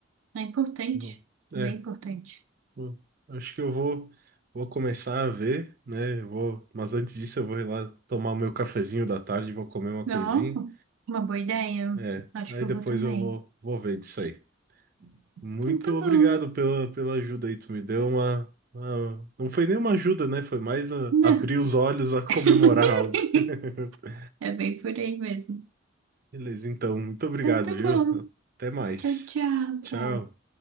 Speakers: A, on the right (about 90°); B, on the right (about 45°).
A: é importante.
B: Bom, É,
A: Bem importante.
B: bom, acho que eu vou, vou começar a ver, né? eu Vou, mas antes disso eu vou ir lá tomar o meu cafezinho da tarde, vou comer uma coisinha.
A: Ó, uma boa ideia.
B: É,
A: Acho
B: aí
A: que
B: depois
A: eu vou também.
B: eu vou, vou ver disso aí. Muito
A: Então tá
B: obrigado
A: bom,
B: pela, pela ajuda aí, tu me deu uma, uma- Não foi nem uma ajuda, né? Foi mais ah,
A: né?
B: abrir os olhos a comemorar
A: <laughs>
B: algo. <laughs>
A: É bem por aí mesmo.
B: Beleza, então, muito obrigado,
A: Então tá
B: viu?
A: bom.
B: Até mais.
A: Tchau, tchau,
B: Tchau.
A: Té.